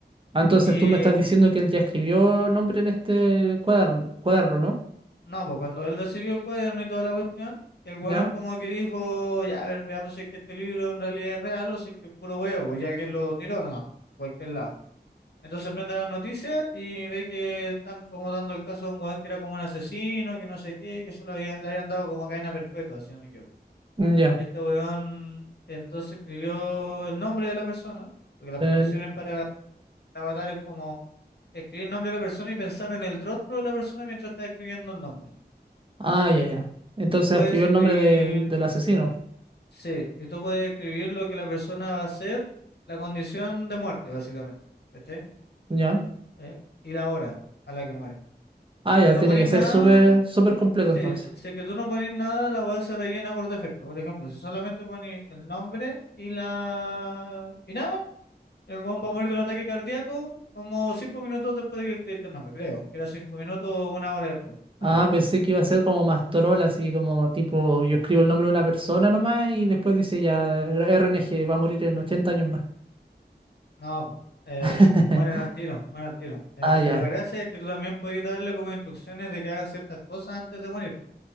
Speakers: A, on the right (about 30°); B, on the left (about 70°).
A: Ah, entonces
B: Y
A: tú me estás
B: el
A: diciendo que él ya escribió nombre en este cuaderno, cuaderno, ¿no?
B: No, pues cuando él recibió el cuaderno y toda la cuestión, el weón
A: Ya,
B: como que dijo, ya, a ver, veamos si es que este libro en realidad es real o si es que es puro huevo, pues ya alguien lo tiró, no, no, cualquier lado. Entonces prende las noticias y ve que están como dando el caso de un weón que era como un asesino, que no sé qué, que se lo habían, le habían dado como cadena perpetua, si no me equivoco.
A: Mm, ya.
B: Y este weón entonces escribió el nombre de la persona, porque las
A: El-
B: condiciones para matar es como escribir el nombre de la persona y pensar en el rostro de la persona mientras está escribiendo el nombre.
A: Ah, ya, ya. Entonces
B: Tú puedes
A: escribió
B: escribir
A: el nombre del, del asesino.
B: Sí, y tú puedes escribir lo que la persona va a hacer, la condición de muerte, básicamente, ¿cachai?
A: Ya.
B: Eh, y la hora a la que muere.
A: Ah, ya,
B: Si no
A: tiene
B: pones
A: que ser
B: nada,
A: súper, súper completo
B: sí,
A: entonces.
B: si, si es que tú no pones nada, la web se rellena por defecto. Por ejemplo, si solamente pones el nombre y la... y nada, el weón va a morir de un ataque cardíaco como cinco minutos después de que escribiste el nombre, creo. Que era cinco minutos o una hora después.
A: Ah,
B: Una hora.
A: pensé que iba a ser como más troll, así como tipo, yo escribo el nombre de una persona nomás y después dice ya, R N G va a morir en 80 años más.
B: No, po, eh,
A: <laughs>
B: mueren al tiro, mueren al tiro. Eh,
A: Ah, ya,
B: pero la gracia es que tú también podías darle como instrucciones de que hagan ciertas cosas antes de morir. po.